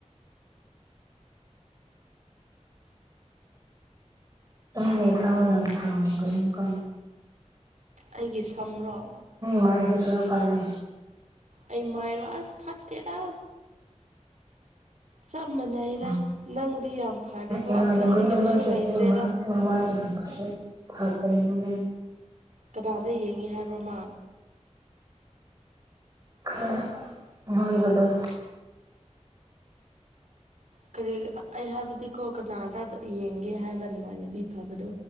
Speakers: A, on the right (about 30°); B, on the right (about 75°).
A: ꯅꯪꯒꯤ ꯁꯝ ꯌꯥꯝ ꯁꯥꯡꯉꯝꯒꯅꯤꯀꯣ
B: ꯑꯩꯒꯤ ꯁꯝꯔꯣ
A: ꯃꯥꯏꯖꯦ ꯈꯔꯥ ꯐꯔꯦ
B: ꯑꯩ ꯃꯥꯏꯔꯣ ꯑꯁ ꯐꯠꯇꯦꯗ ꯆꯞ ꯃꯥꯟꯅꯩꯗ
A: ꯎꯝ
B: ꯅꯪꯗꯤ ꯌꯥꯝ ꯐꯔꯦꯀꯣ
A: ꯏꯃꯥꯟꯅꯕꯤ
B: ꯑꯁ ꯅꯪꯗꯤ ꯀꯔꯤꯁꯨ
A: ꯑꯃꯗꯨꯁꯨ
B: ꯂꯩꯇ꯭ꯔꯦꯗ
A: <unintelligible>
B: ꯀꯗꯥꯗ ꯌꯦꯡꯉꯤ ꯍꯥꯏꯕ꯭ꯔꯣ ꯃꯥ
A: ꯈꯔ ꯅꯣꯏꯕꯗꯣ
B: ꯀꯔꯤ ꯑꯩ ꯍꯥꯏꯕꯗꯤꯀꯣ ꯀꯅꯥꯗ ꯀꯔꯤ ꯌꯦꯡꯒꯦ ꯍꯥꯏꯕ ꯅꯃꯥꯟꯅꯕꯤ ꯐꯕꯗꯣ